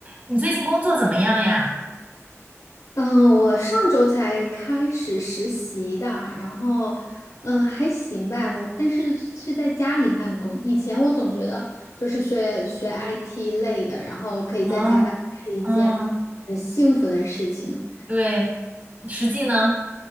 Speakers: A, on the right; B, on the left.
A: 你最近工作怎么样呀？
B: 嗯，我上周才开始实习的，然后，嗯，还行吧。我但是是在家里办公。以前我总觉得就是学学 IT 类的，然后可以在家办公是一件很幸福的事情。
A: 嗯嗯，对，实际呢？